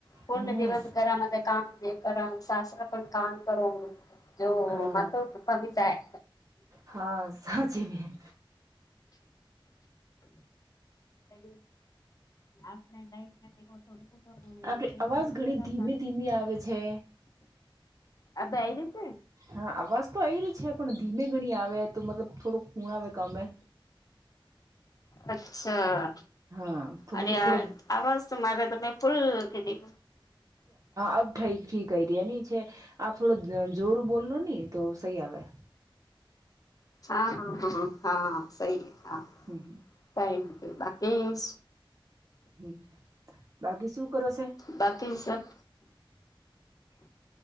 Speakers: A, on the left (about 40°); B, on the right (about 40°).
A: પૂર્ણ
B: હમ
A: દિવસ ઘરામાં કામ કર સસરા પણ કામ કરો જો
B: હા
A: મા તોું કમી જાય.
B: હા સાચ બેન.
A: એક આપણે લાઈફ થડ. તો
B: આપડી
A: તો એક
B: અવાજ
A: નવીન
B: ઘણી
A: પ્રકાર
B: ધીમી
A: પા
B: ધીમી આવે છે
A: આ બેયરી છે ને
B: હા અવાજ તો એ ર છે પણ ધીમે ગણી આવે તો મતલબ થોડોક ખૂણ આવે કમે
A: અચ્છા
B: હા તો
A: અને
B: મતલબ થોડો
A: આવા તો મારે તમે ફૂલ કીધી
B: અબ ઠીક ઠીક કર ર આપ થોડો જોર બોલલો હી તો સહી આવે
A: હા હા હા હા! સહી હા
B: હમ
A: કઈ નહી. બાકી
B: હમ્મ! બાકી શું કરો છે,
A: બાકી સબ
B: <inaudible>